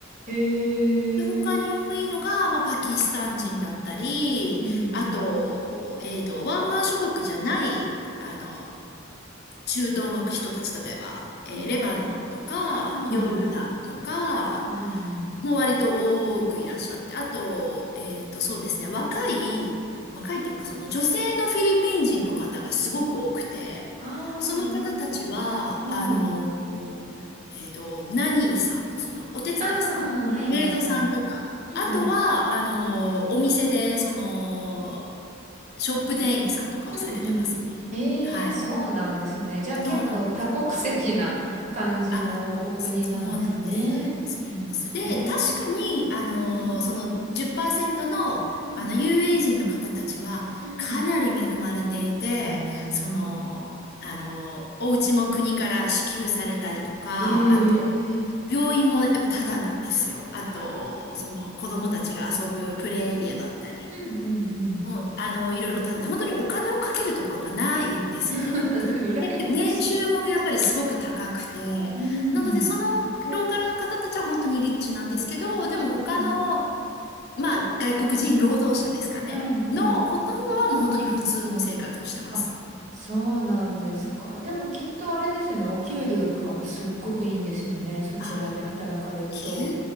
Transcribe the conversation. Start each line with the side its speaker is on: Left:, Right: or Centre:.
Right: へえ。
Left: で、他に多いのが、まあ、パキスタン人だったり、
Right: うん。
Left: あと、
Right: うん。
Left: えっと、湾岸諸国じゃない、あの、中東の人たち、例えば、えーレバノンとか、
Right: うん。うん。
Left: ヨルダンとか、
Right: うんうんうん
Left: もう割と多くいらっしゃって、あと、えっと、そうですね、若い、若いというか、その女性のフィリピン人の方がすごく多くて、
Right: ああ、
Left: その方たちは、
Right: なるほど。はい。
Left: あの、えっと、ナニーさん、そのお手伝いさん、
Right: ああ、はいはいはい。
Left: メイドさんとか、
Right: うんうん。
Left: あとは、あの、お店で、その、ショップ店員さんとかをされてますね。
Right: うんうんうん。ええ、
Left: はい。
Right: そうなんですね。じゃあ結構多国籍な感じのお国なんですね。
Left: そうなんです。あ、そうなんです。そうなんです。で、
Right: へえ。
Left: 確かに、あのーその10%
Right: うん。
Left: の、
Right: うん。
Left: あの、有名人の方たちは、
Right: うん。
Left: かなり恵まれていて、
Right: おー。
Left: その、あのーお家も国から支給されたりとか、
Right: ええ
Left: あと、病院もやっぱタダなんですよ。あと、
Right: あ
Left: その、子供たちが遊ぶプレイエリアだったり、
Right: ー、うん、うん、うん、うん。
Left: もう、あの、いろいろタダで、本当にお金をかけるところがないんですね。
Right: <laughs> 羨ましい。
Left: 年収もやっぱりすごく高くて、
Right: うん、
Left: なのでそのローカルの方たちは本当にリッチなんですけど、
Right: うん。
Left: でも他の、まあ外国人労働者ですかね、
Right: はい、はい。
Left: のほとんどはもう本当に普通の生活をしてます。
Right: あ、そうなんですか。でもきっとあれですよね。お給料とかもすっごくいいんですよね。そちらで働かれると。
Left: あ、給